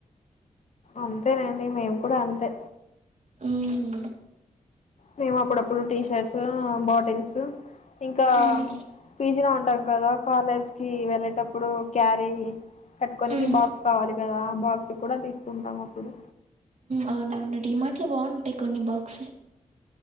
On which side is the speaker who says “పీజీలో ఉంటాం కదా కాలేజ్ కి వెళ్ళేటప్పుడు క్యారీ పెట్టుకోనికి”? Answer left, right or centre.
Left